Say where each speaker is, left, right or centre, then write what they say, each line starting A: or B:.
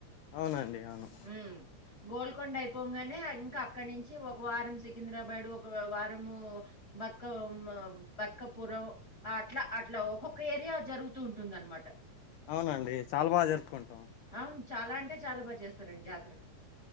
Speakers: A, on the left; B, on the left.
A: అవునండి అవును
B: హ్మ్. గోల్కొండ అయిపోగానే ఇంకా అక్కడ నుంచి ఒక వారం సికింద్రాబాడు ఒక వారము బతుకమ్మ బతకపురం అట్లా అట్లా ఒక్కొక్క ఏరియా జరుగుతూ ఉంటుంది అనమాట
A: అవునండి చాలా బాగా జరుపుకుంటాం
B: అవును. చాలా అంటే చాలా బాగా చేస్తారండి జాతర